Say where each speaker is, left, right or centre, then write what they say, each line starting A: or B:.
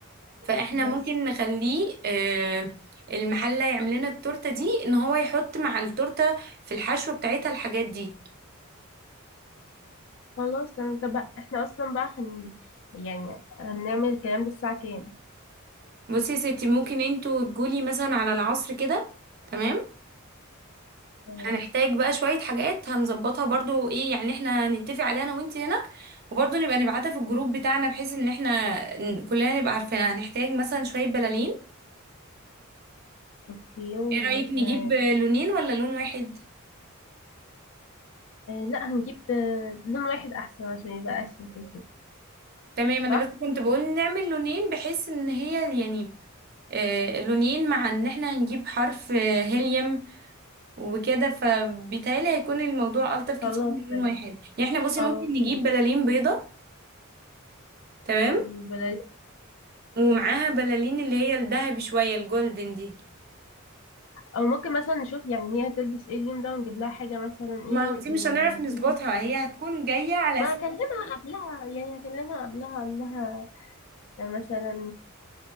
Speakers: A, on the right; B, on the left.
A: فاحنا
B: بس
A: ممكن نخليه آه، المحلة يعمل لنا التورتة دي ان هو يحط مع التورتة في الحشوة بتاعتها الحاجات دي
B: خلاص تمام طب بقى احنا اصلا بقى هن يعني هنعمل الكلام ده الساعة كام
A: بصي يا ستي ممكن انتوا تقولي مثلا على العصر كده تمام
B: تمام
A: هنحتاج بقى شوية حاجات هنظبطها برضو ايه يعني احنا نتفق عليها انا وانت هنا وبرضو نبقى نبعتها في الجروب بتاعنا بحيث ان احنا ن- كلنا نبقى عارفينها هنحتاج مثلا شوية بلالين
B: اوكي و
A: ايه رأيك نجيب
B: آه،
A: لونين ولا لون واحد
B: آه، لا هنجيب آه، لون واحد احسن عشان يبقى اشيك وكده
A: تمام انا
B: صح
A: بس كنت بقول نعمل لونين بحيث ان هي يعني آه لونين مع ان احنا هنجيب حرف آه هيليوم وكده فبالتالي هيكون الموضوع ألطف كتير
B: خلاص
A: من لون
B: تمام
A: واحد يعني احنا بصي
B: خلاص
A: ممكن نجيب
B: ماشي
A: بلالين بيضة تمام
B: وبلاش
A: ومعاها بلالين اللي هي الذهبي شوية الجولدن دي
B: او ممكن مثلا نشوف يعني هي هتلبس ايه اليوم ده ونجيب لها حاجه مثلا ايه,
A: ما هو دي مش
B: إيه
A: هنعرف
B: بلدي
A: نظبطها هي هتكون جاية على
B: ما
A: س...
B: هكلمها قبلها يعني هكلمها قبلها اقول لها مثلا